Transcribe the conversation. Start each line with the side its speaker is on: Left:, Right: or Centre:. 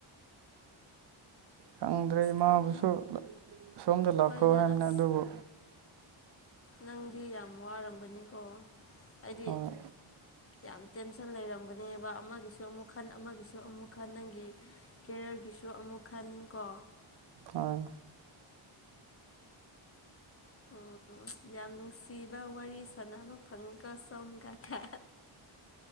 Right: ꯈꯪꯗ꯭ꯔꯦ ꯏꯃꯥꯕꯨꯁꯨ
Left: ꯈꯪ
Right: ꯁꯣꯝꯗ ꯂꯥꯛꯈ꯭ꯔꯣ
Left: ꯍꯣꯏꯅꯦ
Right: ꯍꯥꯏꯕꯅ
Left: ꯑꯁ
Right: ꯑꯗꯨꯕꯨ
Left: ꯅꯪꯗꯤ ꯌꯥꯝ ꯌꯥꯝ ꯋꯥꯔꯝꯒꯅꯤꯀꯣ ꯍꯥꯏꯗꯤ
Right: ꯍꯣꯏ
Left: ꯌꯥꯝ ꯇꯦꯟꯁꯟ ꯂꯩꯔꯝꯒꯅꯦꯕ ꯑꯃꯒꯤꯁꯨ ꯑꯃꯨꯛ ꯈꯟ ꯑꯃꯒꯤꯁꯨ ꯑꯃꯨꯛ ꯈꯟ ꯅꯪꯒꯤ ꯀꯦꯔꯤꯌꯔꯒꯤꯁꯨ ꯑꯃꯨꯛ ꯈꯟ ꯀꯣ
Right: ꯑ
Left: ꯎꯝ ꯌꯥꯝ ꯅꯨꯡꯁꯤꯕ ꯋꯥꯔꯤ ꯁꯥꯟꯅꯕ ꯐꯪꯉꯤꯀꯣ ꯁꯣꯝ ꯀꯀꯥ